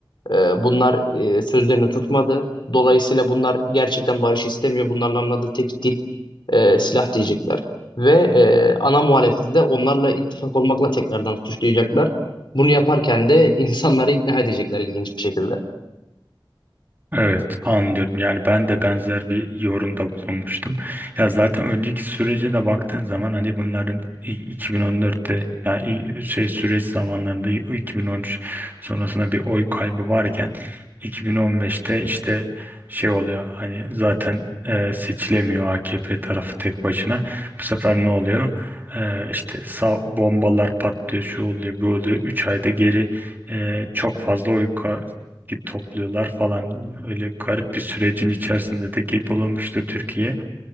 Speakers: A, on the left; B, on the right.
A: Ee, bunlar e, sözlerini tutmadı. Dolayısıyla bunlar gerçekten barış istemiyor. Bunların anladığı tek dil e, silah diyecekler. Ve e, ana muhalefeti de onlarla ittifak olmakla tekrardan suçlayacaklar. Bunu yaparken de <laughs> insanları ikna edecekler ilginç bir şekilde.
B: Evet anlıyorum. Yani ben de benzer bir yorumda bulunmuştum. Ya zaten önceki sürece de baktığın zaman hani bunların i- 2014'te ya i- şey süreç zamanlarında i- 2013 sonrasında bir oy kaybı varken 2015'te işte şey oluyor. Hani zaten e, seçilemiyor AKP tarafı tek başına. Bu sefer ne oluyor? E, işte sağ, bombalar patlıyor, şu oluyor, böyle oluyor. üç ayda geri e, çok fazla oy git topluyorlar falan. Öyle garip bir sürecin içerisinde de geyik bulunmuştu Türkiye.